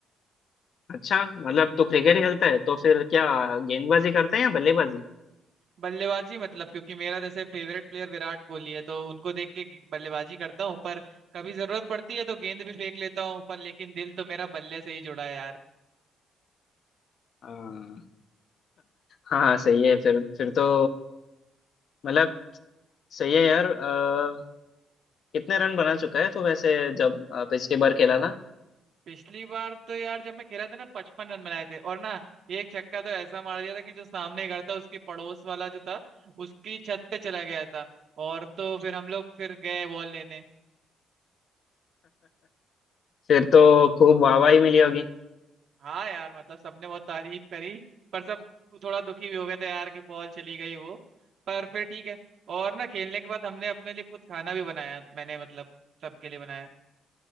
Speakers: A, on the left; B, on the right.
A: अच्छा मतलब तू क्रिकेट खेलता है तो फिर क्या गेंदबाजी करता है या बल्लेबाजी
B: बल्लेबाजी मतलब क्योंकि मेरा जैसे फेवरेट प्लेयर विराट कोहली है तो उनको देख के बल्लेबाजी करता हूँ पर कभी जरूरत पड़ती है तो गेंद भी फेंक लेता हूँ पर लेकिन दिल तो मेरा बल्ले से ही जुड़ा है यार
A: आ, हाँ हाँ सही है फिर फिर तो मतलब सही है यार आ, कितने रन बना चुका है तो वैसे जब आ, पिछली बार खेला था
B: पिछली बार तो यार जब मैं खेला था ना पचपन रन बनाए थे और ना एक छक्का तो ऐसा मार दिया था कि जो सामने घर था उसके पड़ोस वाला जो था उसकी छत पे चला गया था और तो फिर हम लोग फिर गए बॉल लेने
A: फिर तो खूब वाहवाही मिली होगी
B: हाँ यार मतलब सबने बहुत तारीफ करी पर सब थोड़ा दुखी भी हो गए थे यार कि बॉल चली गई वो पर फिर ठीक है और ना खेलने के बाद हमने अपने लिए खुद खाना भी बनाया मैंने मतलब सबके लिए बनाया